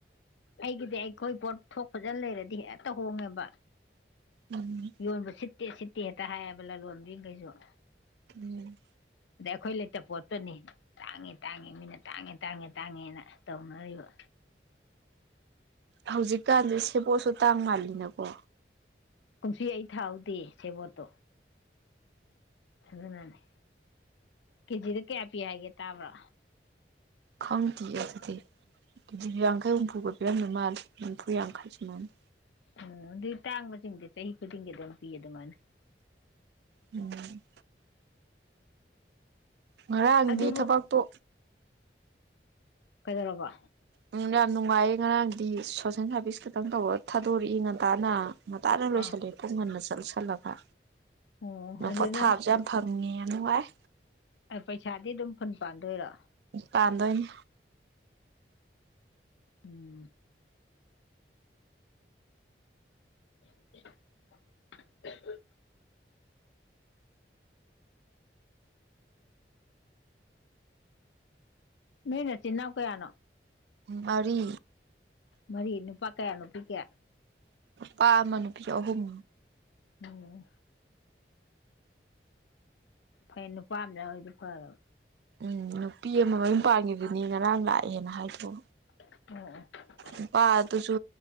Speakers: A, on the left; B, on the right.
A: ꯑꯩꯗꯤ ꯑꯩꯈꯣꯏ ꯄꯣꯠ ꯊꯣꯛ ꯐꯖꯅ ꯂꯩꯔꯗꯤ ꯍꯦꯛꯇ ꯍꯣꯡꯉꯦꯕ
B: ꯎꯝ
A: ꯌꯣꯟꯕ ꯁꯤꯠꯇꯦ ꯁꯤꯠꯇꯦ ꯍꯦꯛꯇ ꯍꯥꯏꯌꯦꯕ ꯂꯂꯣꯟꯕꯤꯈꯩꯁꯨ
B: ꯎꯝ
A: ꯑꯗꯩ ꯑꯩꯈꯣꯏ ꯂꯩꯇ ꯄꯣꯠꯇꯨꯅꯤ ꯇꯥꯡꯉꯦ ꯇꯥꯡꯉꯦ ꯃꯤꯅ ꯇꯥꯡꯉꯦ ꯇꯥꯡꯉꯦ ꯇꯥꯡꯉꯦꯅ ꯇꯧꯅꯔꯤꯕ
B: ꯍꯧꯖꯤꯛꯀꯥꯟꯗꯤ ꯁꯦꯕꯣꯠꯁꯨ ꯇꯥꯡ ꯃꯥꯜꯂꯤꯅꯀꯣ
A: ꯀꯨꯝꯁꯤ ꯑꯩ ꯊꯥꯍꯧꯗꯦ ꯁꯦꯕꯣꯠꯇꯣ ꯑꯗꯨꯅꯅꯦ ꯀꯦꯖꯤꯗ ꯀꯌꯥ ꯄꯤ ꯍꯥꯏꯒꯦ ꯇꯥꯕ꯭ꯔꯣ
B: ꯈꯪꯗꯦ ꯑꯗꯨꯗꯤ ꯑꯗꯨꯗꯤ ꯌꯥꯡꯈꯩ ꯍꯨꯝꯐꯨꯒ ꯄꯤꯔꯝꯗ ꯃꯥꯜꯂꯦ ꯍꯨꯝꯐꯨ ꯌꯥꯡꯈꯩ ꯁꯨꯃꯜꯅ
A: ꯎꯝ ꯑꯗꯨꯏ ꯇꯥꯡꯕꯆꯤꯡꯗꯦ ꯆꯍꯤ ꯈꯨꯗꯤꯡꯒꯤ ꯑꯗꯨꯝ ꯄꯤ ꯑꯗꯨꯃꯥꯏꯅ
B: ꯎꯝ ꯉꯔꯥꯡꯗꯤ
A: ꯑꯗꯨꯕꯨ
B: ꯊꯕꯛꯇꯣ
A: ꯀꯩꯗꯧꯔꯕ
B: ꯎꯝ ꯌꯥꯝ ꯅꯨꯡꯉꯥꯏꯌꯦ ꯉꯔꯥꯡꯗꯤ ꯁꯣꯁꯦꯜ ꯁꯥꯔꯚꯤꯁ ꯈꯈꯤꯇꯪ ꯇꯧꯕ ꯊꯥꯗꯣꯔꯛꯏ ꯉꯟꯇꯥꯅ ꯉꯥꯅ ꯂꯣꯏꯁꯤꯜꯂꯦ
A: ꯑꯥ
B: ꯄꯨꯡ ꯍꯟꯅ ꯆꯠꯁꯜꯂꯒ
A: ꯑꯣ
B: ꯑꯗꯨ ꯄꯣꯊꯥꯕꯁꯨ
A: ꯅꯪ
B: ꯌꯥꯝ ꯐꯪꯉꯦ ꯌꯥꯝ ꯅꯨꯡꯉꯥꯏ
A: ꯄꯩꯁꯥꯗꯤ ꯑꯗꯨꯝ ꯐꯨꯟ ꯄꯥꯟꯗꯣꯏꯔꯣ
B: ꯄꯥꯟꯗꯣꯏꯅꯦ
A: ꯎꯝ <unintelligible> ꯅꯣꯏ ꯅꯆꯤꯟ ꯅꯥꯎ ꯀꯌꯥꯅꯣ
B: ꯃꯔꯤ
A: ꯃꯔꯤ ꯅꯨꯄꯥ ꯀꯌꯥ ꯅꯨꯄꯤ ꯀꯌꯥ
B: ꯄꯥ ꯑꯃ ꯅꯨꯄꯤ ꯑꯍꯨꯝ
A: ꯑꯣꯝ ꯐꯩ ꯅꯨꯄꯥ ꯑꯃ ꯌꯥ ꯍꯣꯏꯗꯤ ꯐꯔꯕ
B: ꯎꯝ ꯅꯨꯄꯤ ꯑꯃ ꯃꯌꯨꯝ ꯄꯥꯟꯈꯤꯕꯗꯨꯅꯤ ꯉꯔꯥꯡ ꯂꯥꯛꯑꯦꯅ ꯍꯥꯏꯗꯣꯛꯑꯣ
A: <unintelligible>
B: ꯅꯨꯄꯥ ꯑꯗꯨꯁꯨ